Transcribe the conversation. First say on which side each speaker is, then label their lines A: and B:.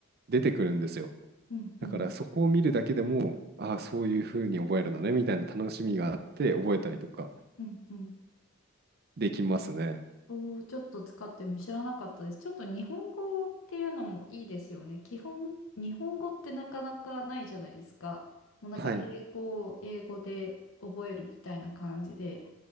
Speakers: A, on the right; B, on the left.
A: 出てくるんですよ。
B: うんうん
A: だからそこを見るだけでも、ああ、そういうふうに覚えるのねみたいな楽しみがあって覚えたりとか
B: うんうん。
A: できますね。
B: おお、ちょっと使っても知らなかったです。ちょっと日本語っていうのもいいですよね。基本、日本語ってなかなかないじゃないですか。もうなんか英語を英語で覚えるみたいな感じで。
A: はい。